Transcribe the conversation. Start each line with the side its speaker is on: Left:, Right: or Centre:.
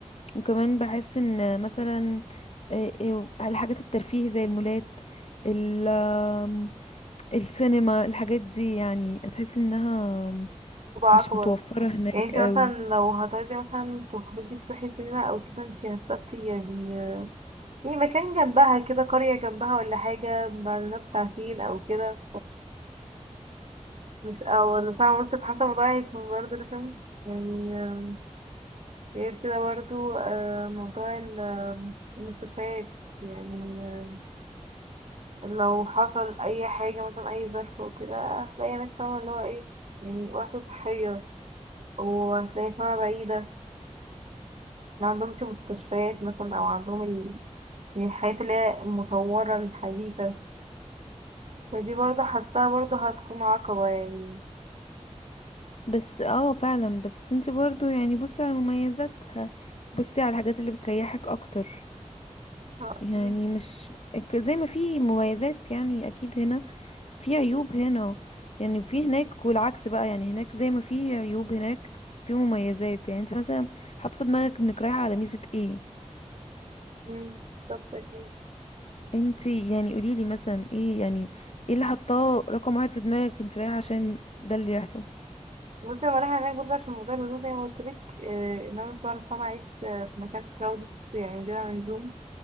Left: وكمان بحس ان مثلا آه، آه، على الحاجات الترفيه زي المولات ال آم، السينما الحاجات دي يعني تحس انها
Right: وبقى
Left: مش
Right: أكبر
Left: متوفرة هناك
Right: يعني انتي
Left: قوي
Right: مثلا لو هتقعدي مثلا تخرجي تروحي سينما أو كده انتي هتسافري يعني آه، يعني مكان جنبها كده قرية جنبها ولا حاجة بعد بساعتين أو كده مش أو ولا ساعة ونص في حسب موضوع هيكون برضه رخم يعني آه، غير كده برضه آه، موضوع ال- آه، المستشفيات يعني آه، لو حصل أي حاجة مثلا أي ظرف وكده هتلاقي هناك فاهمة اللي هو ايه يعني وحدة صحية وهتلاقي اسمها بعيدة ما عندهمش مستشفيات مثلا أو عندهم ال- يعني الحاجات اللي هي المطورة الحديثة فدي برضه حاساها برضه هتكون عقبة يعني
Left: بس اه فعلا بس انت برضو يعني بصي على مميزاتها بصي على الحاجات اللي بتريحك اكتر
Right: آه،
Left: يعني
Right: أكيد
Left: مش ك- زي ما في مميزات يعني اكيد هنا في عيوب هنا يعني في هناك والعكس بقى يعني هناك زي ما في عيوب هناك في مميزات يعني انت مثلا حاطه في دماغك انك رايحه على ميزه ايه
Right: مم، بالظبط أكيد
Left: انت يعني قوليلي مثلا ايه يعني ايه اللي حطاه رقم واحد في دماغك انت رايحه عشان ده اللي يحصل
Right: بصي أنا رايحة هناك برضه عشان موضوع الهدوء زي ما قلتلك آه، إن أنا مش بعرف طبعا أعيش آه، في مكان كراودد يعني بلا لزوم